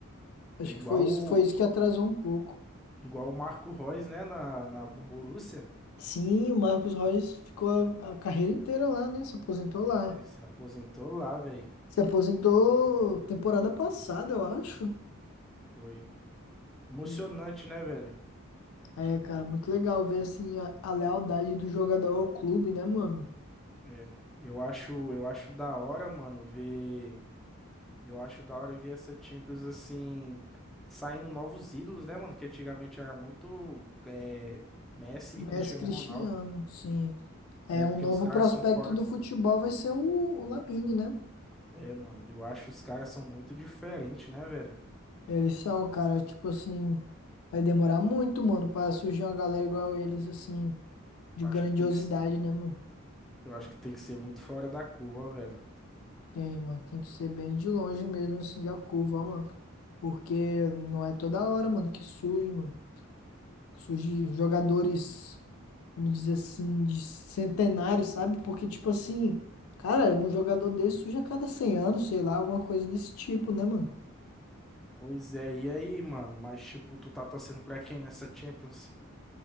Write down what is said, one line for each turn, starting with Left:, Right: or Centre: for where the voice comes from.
Left: Acho
Centre: É igual,
Left: que foi isso,
Centre: o-
Left: foi isso que atrasou um pouco.
Centre: igual o Marco Reus, né, na, na, no Borussia.
Left: Sim, o Marcos Royce ficou a, a carreira inteira lá, né? Se aposentou lá.
Centre: né? Se aposentou lá, velho.
Left: Se aposentou temporada passada, eu acho.
Centre: Foi emocionante,
Left: Pois
Centre: né, velho?
Left: É, É, cara, muito legal ver assim a, a lealdade do jogador ao clube, né, mano?
Centre: É. Eu acho, eu acho da hora, mano, ver. Eu acho da hora ver essa Champions assim, saindo novos ídolos, né, mano? Que antigamente era muito é, Messi
Left: Messi
Centre: e Cristiano
Left: Cristiano,
Centre: Ronaldo.
Left: sim. É,
Centre: É,
Left: um
Centre: porque
Left: novo
Centre: os caras
Left: prospecto
Centre: são fora.
Left: do futebol vai ser o, o Lamine, né?
Centre: É, mano, eu acho os caras são muito diferentes, né, velho?
Left: Eles são, cara, tipo assim, vai demorar muito, mano, pra surgir uma galera igual eles, assim, de
Centre: Eu
Left: grandiosidade,
Centre: Acho que tem que,
Left: né, mano?
Centre: eu acho que tem que ser muito fora da curva, velho.
Left: Tem, mano, tem que ser bem de longe mesmo, assim, da curva, ó, mano. Porque não é toda hora, mano, que surge, mano. Surge jogadores, vamos dizer assim, de centenário, sabe? Porque, tipo assim, cara, um jogador desse surge a cada 100 anos, sei lá, alguma coisa desse tipo, né, mano?
Centre: Pois é, e aí, mano? Mas, tipo, tu tá torcendo pra quem nessa Champions?